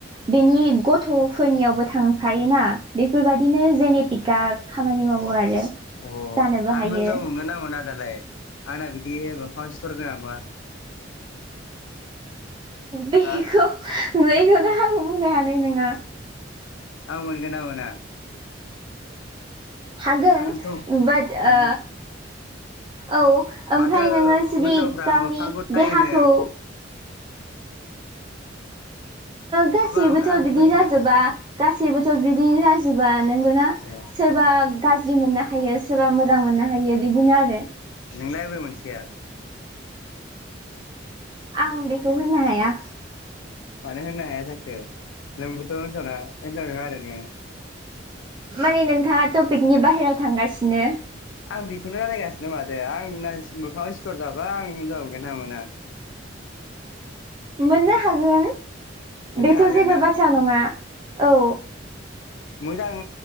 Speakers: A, on the right; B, on the left.
A: बेनि
B: उम
A: ग गथ'फोरनियावबो थांफायोना बेफोरबायाददिनो जेनेटिकआ खामानि मावो आरो
B: अ
A: जानोबो
B: आं
A: हायो
B: हिनजाव मोनगोन ना मोन दालाय? आंना बिदिब मोखांआव सिथर गोनांबा
A: बेखौ
B: हा
A: बेखौथ आं बुंनो हानाय नंङा।
B: औ मोनगोन ना मोना?
A: हागोन
B: आंथ'
A: बट
B: हागोन
A: ओ औ ओमफ्राय
B: माथो
A: नोङो जुदि
B: हिनजावफ्रा
A: गावनि
B: मोखांखौ नायनो
A: देहाखौ गासैबोथ'
B: गोबां
A: बिदि
B: बोरै
A: जाजोबा?
B: मोनदों
A: गासैबोथ' बिदि जाजोबा नोंगौना
B: अ
A: सोरबा गाज्रि मोननो हायो सोरबा मोजां मोननो हायो बिदिनो आरो।
B: नोंलाय बेबो मोनसेया <unintelligible>
A: आं उन्दैखौ होननो हाया।
B: मानो होनो हाया जाखो नोंबोथ' हिनजावना हिनजाव नङा आरो नोङो?
A: माने नोंथाङा टपिकनि बाहेरायाव थांगासिनो
B: आं बेखौनो रायलायगासिनो माथो आंना मोखाङाव स्थर जाबा आं हिनजाव मोनगोन ना मोना?
A: मोननो हागोन
B: मोननो
A: बेथ'
B: हागोन
A: जेबो
B: ना
A: बाथ्रा नङा औ
B: मोजां